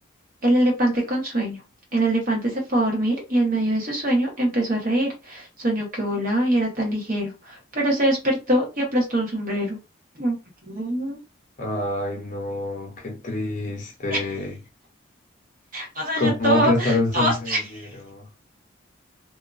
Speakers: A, on the right; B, on the left.
A: El elefante con sueño. El elefante se fue a dormir y en medio de su sueño empezó a reír. Soñó que volaba y era tan ligero, pero se despertó y aplastó un sombrero. Ujú.
B: Ay, no, qué triste.
A: <laughs> O sea,
B: ¿Cómo
A: yo todo,
B: aplastar un
A: todo,
B: sombrero?
A: <laughs>